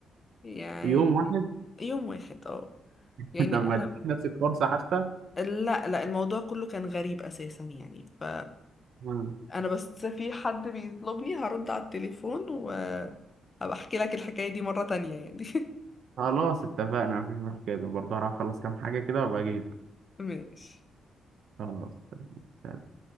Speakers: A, on the left; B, on the right.
A: يعني
B: يوم واحد
A: يوم واحد اه
B: <laughs>
A: يعني
B: طب
A: انا
B: ما اديتي نفسك فرصة حتى
A: لا لا الموضوع كله كان غريب اساسا يعني ف
B: مم.
A: انا بس في حد بيطلبني هرد على التليفون وابقى احكي لك الحكاية دي مرة تانية يعني <laughs>
B: خلاص اتفقنا مفيش مشكلة برضه هروح اخلص كام حاجة كده وابقى اجيلك
A: ماشي
B: خلاص تمام.